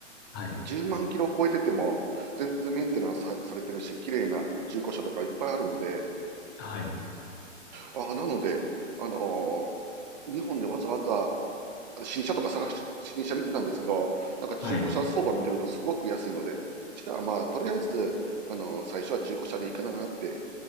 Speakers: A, on the left; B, on the right.
A: はい。
B: 10万キロ超えてても、全然メンテナンスさされてるし、綺麗な中古車とかいっぱいあるので、
A: はい。
B: ああ、なので、あのー日本でわざわざ新車とか探し、新車見てたんですけど、なんか中古車相場見てるとすごく安いので、
A: はい。
B: じゃあまあ、とりあえず、あのー最初は中古車でいいかなって。